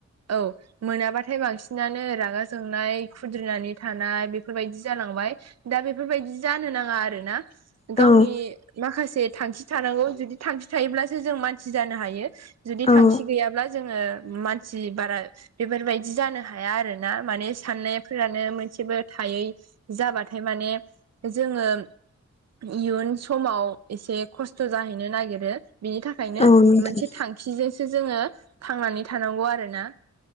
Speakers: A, on the right; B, on the left.
A: औ मोनाब्लाथाय बांसिनानो रागा जोंनाय खुद्रिनानै थानाय बेफोरबायदि जालांबाय दा बेफोरबायदि जानो नाङा आरो ना
B: औ
A: गावनि माखासे थांखि थानांगौ जुदि थांखि थायोब्लासो जों मानसि जानो हायो जुदि थांखि
B: औ
A: गैयाब्ला जोङो मानसि बारा बेफोरबायदि जानो हाया आरो ना माने साननायफोरानो मोनसेबो थायै जाबाथाय माने जोङो इयुन समाव एसे खस्थ' जाहैनो नागिरो बिनि थाख थाखायनो
B: औ नोंथां
A: मोनसे थांखिजोंसो जोङो थांनानै थानांगौ आरो ना